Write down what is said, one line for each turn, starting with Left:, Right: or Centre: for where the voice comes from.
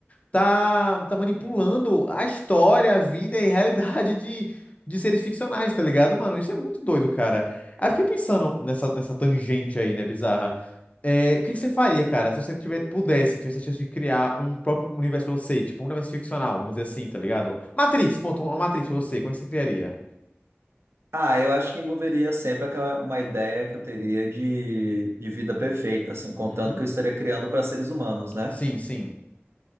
Left: tá, tá manipulando a história, a vida e a realidade de, de seres ficcionais, tá ligado, mano? Isso é muito doido, cara. Aí eu fiquei pensando nessa, nessa tangente aí, né, bizarra. É, o que que você faria, cara, se você tiver, pudesse, tivesse a chance de criar um próprio universo pra você, tipo um universo ficcional, vamos dizer assim, tá ligado? Matrix, ponto, uma Matrix pra você, como é que você criaria?
Right: Ah, eu acho que envolveria sempre aquela, uma ideia que eu teria de, de vida perfeita, assim, contando
Left: Uhum.
Right: que eu estaria criando para seres humanos, né?
Left: Sim, sim.